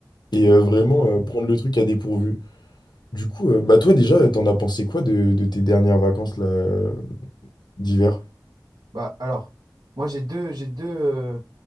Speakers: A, on the left; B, on the right.
A: et euh,
B: Complètement.
A: vraiment euh, prendre le truc à dépourvu du coup euh, bah toi déjà t'en as pensé quoi de, de tes dernières vacances là euh, d'hiver
B: Bah alors, moi j'ai deux, j'ai deux, euh,